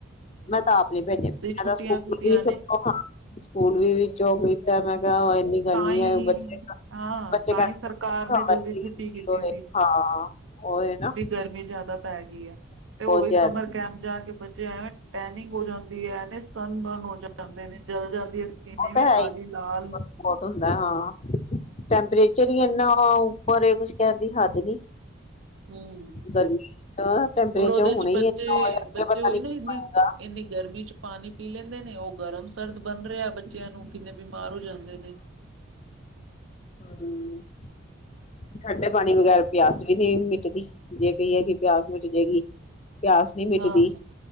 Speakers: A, on the left; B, on the right.
A: ਮੈਂ ਤਾਂ ਆਪ ਨੀ ਭੇਜਿਆ ਮੈਂ
B: ਛੁੱਟੀਆਂ
A: ਤਾਂ ਸਕੂਲ
B: ਕੀਤੀਆਂ
A: <unintelligible>
B: ਨੇ
A: ਸਕੂਲ ਵੀ ਵਿੱਚੋਂਹੀ ਤਾਂ ਮੈਂ ਕਿਹਾ ਇੰਨੀ ਗਰਮੀ
B: ਤਾਂ ਹੀ,
A: ਹੈ ਬੱਚੇ
B: ਹਾਂ,
A: ਬੱਚੇ
B: ਤਾਂ
A: ਕਹਿੰਦੇ
B: ਹੀ ਸਰਕਾਰ ਨੇ ਜਲਦੀ ਛੁੱਟੀ ਕੀਤੀ ਸੀ
A: ਹਾਂ ਉਹ ਨਾ
B: ਵੀ ਗਰਮੀ ਜ਼ਿਆਦਾ ਪੈਗ ਤੇ ਔਹੀ
A: ਬਹੁਤ ਜ਼ਿਆਦਾ
B: ਸਮਰ ਕੈਂਪ ਜਾ ਕੇ ਬੱਚੇ ਐਵੇਂ ਟੈਨਿੰਗ ਹੋ ਜਾਂਦੀ ਏ ਸਨਬਰਨ ਹੋ ਜਾਂਦੇ ਨੇ, ਜਲ ਜਾਂਦੀ ਹੈ। ਐਵੇਂ
A: ਉਹ ਤਾਂ ਹੈ
B: ਕਾਲੀ,
A: ਹੀ
B: ਲਾਲ।
A: ਬਹੁਤ ਹੁੰਦਾ ਹਾਂ। ਟੈਂਪਰੇਚਰ ਹੀ ਇੰਨਾ ਪਰ ਏ ਕੁੱਝ ਕਹਣ ਦੀ ਹੱਦ ਨੀ।
B: ਹੁੰ
A: ਗਰਮੀ ਟੈਂਪਰੇਚਰ
B: ਔਰ ਔਦੇ ਚ
A: ਹੁਣੇ ਹੀ
B: ਬੱਚੇ
A: ਇੰਨਾ ਹੋਇਆ ਅੱਗੇ
B: ਬੱਚੇ
A: ਪਤਾ
B: ਹੋਈ
A: ਨੀ
B: ਨਾ
A: ਕੀ
B: ਇੰਨੀ
A: ਬਣੇਗਾ
B: ਇੰਨੀ ਗਰਮੀ ਚ ਪਾਣੀ ਪੀ ਲੈਂਦੇ ਨੇ ਔ ਗਰਮ ਸਰਦ ਬਣ ਰਿਹਾ ਬ ਬੱਚਿਆਂ ਨੂੰ, ਕਿੰਨੇ ਬਿਮਾਰ ਹੋ ਜਾਂਦੇ ਨੇ।
A: ਹੁੰ। ਠੰਡੇ ਪਾਣੀ ਵਗੈਰ ਪਿਆਸ ਵੀ ਨਹੀਂ ਮਿਟਦੀ, ਜੇ ਕਹੀਏ ਕਿ ਪਿਆਸ ਮਿਟ ਜਾਏਗੀ। ਪਿਆਸ ਨੀ ਮਿੱਟਦੀ
B: ਹਾਂ